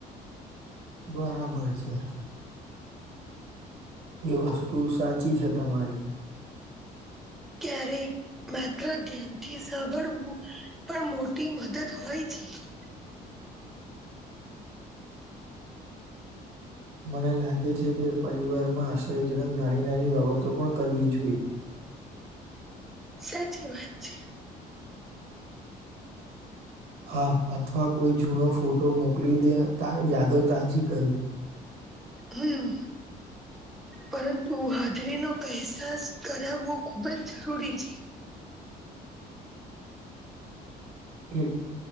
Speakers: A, on the right; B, in the centre.
A: બરાબર છે. એ વસ્તુ સાચી છે તમારી
B: <inaudible> ક્યારેક માત્ર ધ્યાનથી સાંભળવું પણ મોટી મદદ હોય છે. <inaudible>
A: મને લાગે છે કે પરિવારમાં આશ્રયજનક નાની નાની બાબતો પણ કરવી જોઈએ.
B: સાચી વાત છે.
A: હા અથવા કોઈ જૂનો ફોટો મોકલી દે યાદો તાજી કરવી.
B: હમ પરંતુ હાજરીનો અહેસાસ કરાવવો ખૂબ જ જરૂરી છે.
A: એક